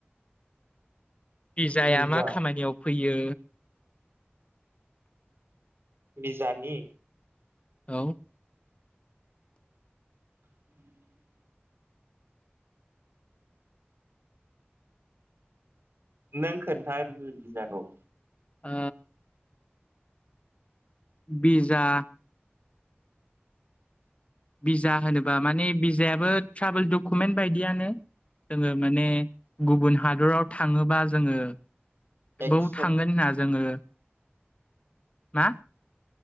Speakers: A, on the left; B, on the right.
A: बिजाया
B: भिजा
A: मा खामानियाव फैयो
B: बिजानि?
A: औ।
B: <inaudible> नों खोन्थारो बिजखौ।
A: ओ बिजा बिजा होनोबा माने बिजायाबो ट्रभेल डकुमेन्ट बायदियनो। जोंङो माने गुबुन हादराव थांङोबा जोंङो
B: एक्सेप्ट
A: बौ थांगोन होनना जोंङो ‌। मा?